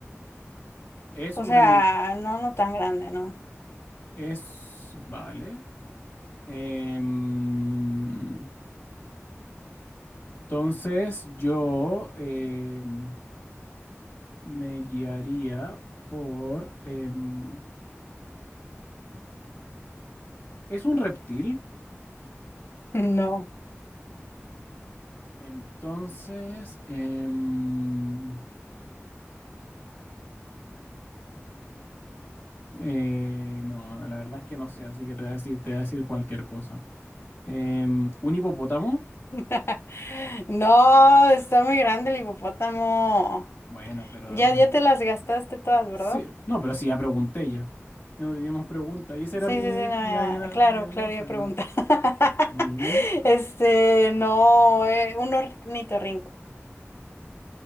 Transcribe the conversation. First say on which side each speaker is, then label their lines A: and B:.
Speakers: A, on the left; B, on the left.
A: Es
B: o
A: un
B: sea,
A: animal...
B: no, no tan grande, no.
A: Es... Vale. Em, entonces yo em, me guiaría por... em, ¿es un reptil?
B: <laughs> No.
A: Entonces... em, Eh, no, la verdad es que no sé, así que te voy a decir, te voy a decir cualquier cosa. Em, ¿un hipopótamo?
B: <laughs> No, está muy grande el hipopótamo.
A: Bueno, pero...
B: Ya,
A: mm,
B: ya te las gastaste todas, ¿verdad?
A: Sí, no, pero sí, ya pregunté ya. Ya no teníamos pregunta. Y esa
B: Sí,
A: era mi,
B: sí, sí, no,
A: mi
B: ya.
A: adivina-
B: Claro,
A: mi adivinanza,
B: claro, ya pregunta.
A: claro.
B: <laughs>
A: Sí.
B: Este, no, eh, un ornitorrinco.